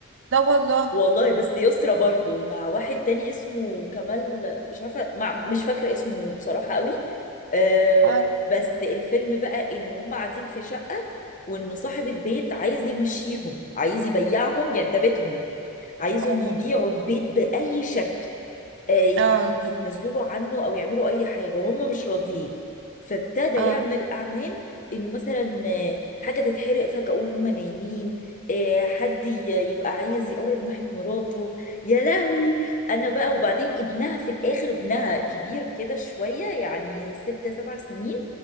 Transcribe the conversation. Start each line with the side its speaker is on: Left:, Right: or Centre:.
Right: لا والله
Left: والله بس يسرا برضو مع واحد تاني اسمه كمال مش عارفه مع مش فاكره اسمه بصراحه قوي آه
Right: اه
Left: بس الفيلم بقى ان هم قاعدين في شقه وان صاحب البيت عايز يمشيهم عايز يبيعهم يعني ده بيتهم عايزهم
Right: اه
Left: يبيعوا البيت بأي شكل آه، ي-
Right: اه
Left: ي- يتنازلوا له عنه أو يعملوا أي حاجة هم مش راضيين فابتدى
Right: اه
Left: يعمل أعمال إنه مثلا آه، حاجة تتحرق فجأة وهم نايمين آه، حد ي- يبقى عايز يقرب ناحية مراته يا لهوي أنا بقى وبعدين ابنها في الآخر ابنها كبير كده شوية يعني ست سبع سنين